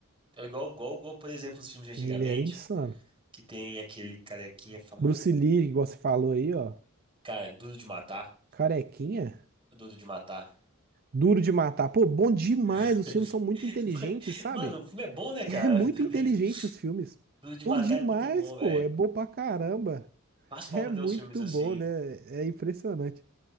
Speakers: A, on the right; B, on the right.
A: É igual, igual, igual, por exemplo, os filmes de antigamente,
B: Ele era insano.
A: que tem aquele carequinha famoso.
B: Bruce Lee, igual você falou aí, ó.
A: Cara, Duro de Matar.
B: Carequinha?
A: Duro de Matar.
B: Duro de matar. Pô, bom demais.
A: <laughs>
B: Os filmes são muito inteligentes, sabe?
A: Mano, o filme
B: <laughs>
A: é bom, né,
B: É
A: cara?
B: muito
A: <laughs> Também.
B: inteligente os filmes.
A: Duro de Matar
B: Bom demais,
A: é muito bom,
B: pô.
A: velho.
B: É bom pra caramba.
A: Faz falta
B: É muito
A: ter uns filmes assim,
B: bom, né? É impressionante.